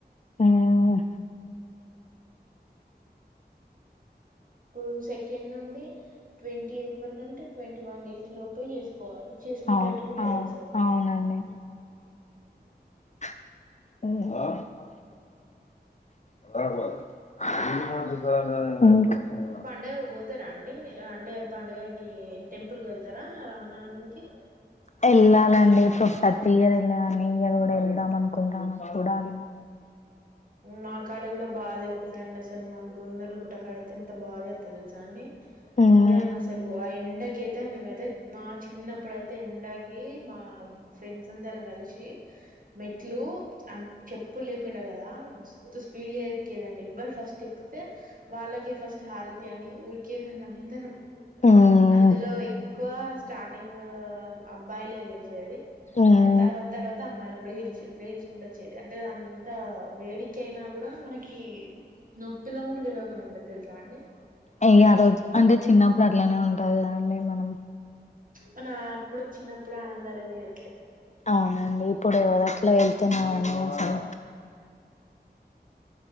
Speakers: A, on the left (about 45°); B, on the right (about 55°).
A: ఉమ్
B: ఇప్పుడు సెకండ్ నుండి ట్వంటీ ఎయిట్ వరకు అంటే ట్వంటీ వన్ డేస్ లోపే చేసుకోవాలి చేసుకుంటేట్టు
A: అవును
B: కూడా
A: అవును
B: లేదు అసలు
A: అవునండి అ <unintelligible> ఇంకా
B: పండుగ పోతారా అండి అంటే పండుగకి టెంపుల్కి వెళ్ ఇతారా రామారామ్ కి
A: వెళ్ళాలండి ఇప్పుడు ప్రతి ఇయర్ వెళ్ళే దాని ఇయర్ కూడా వెళ్దాం అనుకుంటాను చూడాలిమ్మ
B: మా కాడ కూడా బాగా దగుతుందండి అసలు మా గోవిందలు గుట్ట కాడ అయితేంట భార్య తెలుసాండి
A: మ్మ్
B: ఘరంగా సెలవుయి <unintelligible> ఎండకి అయితే మేమైతే మా చిన్నప్పుడుయితే ఎండకి మా ఫ్రెండ్స్ అందరు కలిసి మెట్లు చెప్పు లేకుండ కదా మస్తు స్పీడ్ ేదండి ఇవ్వళ ఫస్ట్ ఎక్స్తతే వాళ్ళకే ఫస్ట్ హారతి అని ఊరికి లేదండి అందరం
A: మ్మ్
B: అందులో ఎక్కువ స్టార్టింగ్ అబ్బాయిలే గెలిచేది
A: మ్మ్
B: తర్వాత తర్వాత అమ్మాయిలు కూడా గెల్చు గెల్చుకుంటే అంటే అంత వేడిక అయినా కూడా మనకి నొప్పిల కూడా తెల ని ఉంటది తెలుసాండి
A: అయ ఆ రోజు అంటే చిన్నప్పుడు అట్లనే ఉంటంది అండి మనం
B: మన అప్పుడు చిన్నప్పుడు ఆనందాలే వేరే
A: అవునండి ఇప్పుడు ఎవరట్లా వెళ్తున్నామండి సర